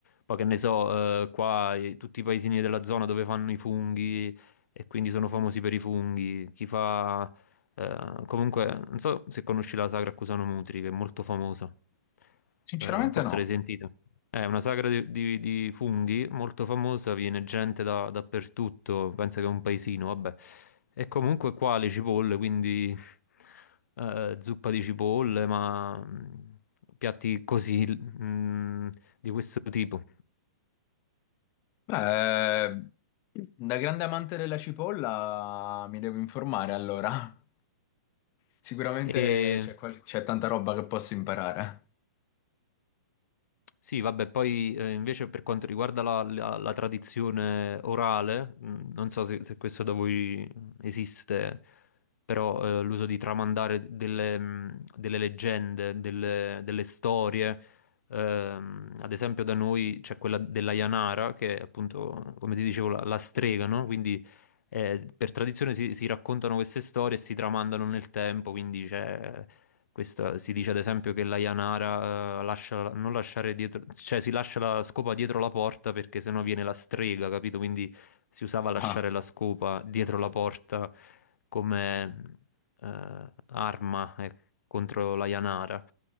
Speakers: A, on the left; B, on the left.
A: Poi che ne so, eh, qua eh, tutti i paesini della zona dove fanno i funghi e quindi sono famosi per i funghi. Chi fa... eh, comunque, non so se conosci la Sagra a Cusano Mutri, che è molto famosa.
B: Sinceramente
A: Eh, forse
B: no.
A: l'hai sentita. È una sagra di, di- di funghi molto famosa, viene gente da- dappertutto, pensa che è un paesino, vabbè. E comunque qua le cipolle, quindi eh, zuppa di cipolle, ma mh, piatti così, mh, di questo tipo.
B: Beh, ehm, da grande amante della cipolla mi devo informare allora. <laughs> Sicuramente
A: E
B: c'è qual- c'è tanta roba che posso imparare.
A: Sì, vabbè, poi eh, invece per quanto riguarda la, la- la tradizione orale, mh, non so se, se questo da voi esiste, però eh, l'uso di tramandare delle, mh, delle leggende, delle, delle storie, ehm, ad esempio da noi c'è quella della Janara, che è appunto, come ti dicevo, la, la strega, no? Quindi eh, per tradizione si, si raccontano queste storie e si tramandano nel tempo, quindi c'è questa- si dice ad esempio che la Yanara eh, lascia, non lasciare dietro, cioè si lascia la scopa dietro la porta perché sennò viene la strega, capito? Quindi si usava lasciare
B: Ah.
A: la scopa dietro la porta come eh, arma eh, contro la Yanara.